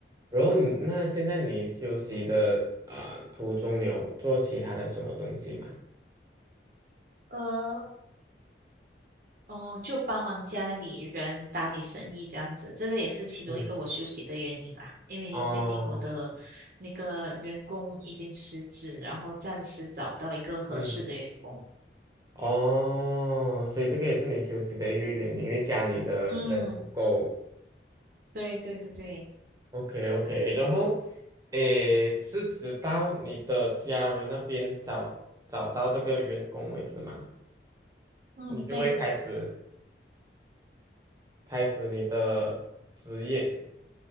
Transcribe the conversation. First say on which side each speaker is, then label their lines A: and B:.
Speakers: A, on the right (about 20°); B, on the right (about 50°).
A: 然后你那现在你休息的啊、呃途中，你有做其他的什么东西吗？
B: 呃，哦，就帮忙家里人打理生意这样子，这个也是其中一个我休息的原因啦。
A: 嗯，
B: 因为最近我的那个员工已经辞职，
A: 哦，
B: 然后暂时找不到一个合适的员工。
A: 嗯。哦，所以这个也是你休息的一个原因，因为家里的人不够。
B: 嗯，对对对对，
A: OK OK，然后，诶，是直到你的家人那边找找到这个员工为止嘛，
B: 嗯对
A: 你就会开始开始你的职业。
B: 对